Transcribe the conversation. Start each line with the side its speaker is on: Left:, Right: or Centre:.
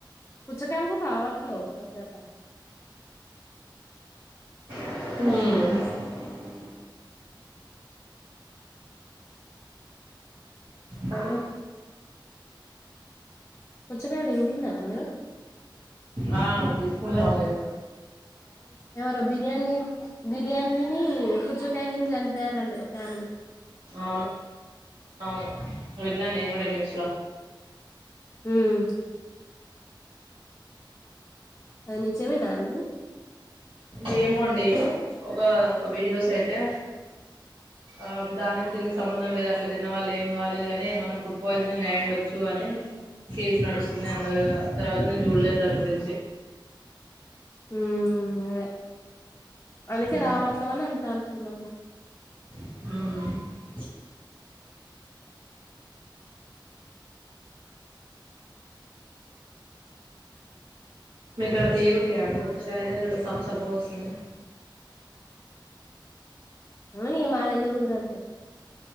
Left: పుచ్చ కాయ్ కూడా రావట్లేవు ఒకస <inaudible>
Right: హ్మ్ హలో
Left: పుచ్చకాయలు తింటున్నారా మీరు
Right: ఆ తీసుకుంటాం అండి
Left: ఎవరో బిర్యానీ బిర్యానీని పుచ్ పుచ్చకాయ తిని చనిపోయారంట ఫ్యామిలి
Right: అవును అవును విన్నా నేను కూడా న్యూస్ లో
Left: హ్మ్ నిజమేనా అండి
Right: ఇ ఏమో అండి ఒక ఒక వీడియోస్ అయితే ఆ దానికి దీనికి సంబంధం లేదు అట్లా తిన్నవాళ్ళు ఏం కాలేదు కాని మనం ఫుడ్ పాయిజనింగ్ అయి్య ఉండొచ్చు అని కేసు నడుస్తుంది అన్నారు తర్వాత నేను చూడలేదు దాని గురించి
Left: ఉమ్ గా అందుకే
Right: ఉమ్
Left: రావట్లే అని అంటాను తు లము
Right: ఆ మీకడ తీయగా ఉంటాయా అండి ఉచ్చకాయాల ఇడ సప సప కోస్తున్న
Left: అ ఇంగ మా దగ్గర కూడా గంతే